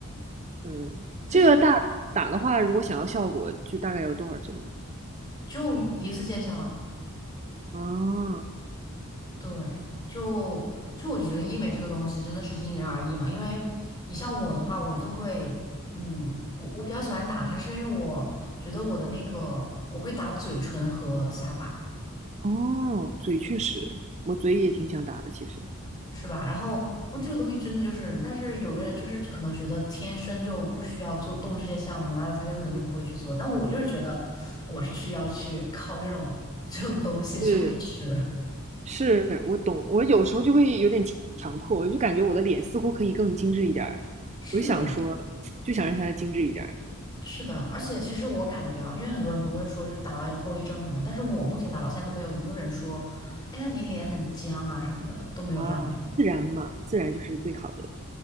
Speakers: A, on the right; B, on the left.
A: 嗯，
B: 它是那。
A: 这个大打的话，如果想要效果，就大概有多少针呢？
B: 就一次见效啊，
A: 哦
B: 对，就就我就觉得医美这个东西真的是因人而异嘛，因为你像我的话，我就会，嗯，我我比较喜欢打它，是因为我觉得我的那个我会打嘴唇和下巴，
A: 哦，嘴确实，我嘴也挺想打的，其实。
B: 是吧？然后我这个东西真的就是，
A: 嗯
B: 但是有的人就是可能觉得天生就不需要做动这些项目，那他就可能就不会去做。
A: 嗯，
B: 但我就是觉得我是需要去靠这种 <laughs> 这种东西去维持。
A: 是是，我懂。我有时候就会有点强迫，我就感觉我的脸似乎可以更精致一点儿，
B: 是的呀。
A: 我就想说，就想让它精致一点儿
B: 是的，而且其实我感觉啊，因为很多人不会说是打完有后遗症什么，但是我目前打到现在都没有一个人说，哎呀你脸很僵啊什么的，都没有这样的人
A: 啊，自然嘛，自然就是最好的。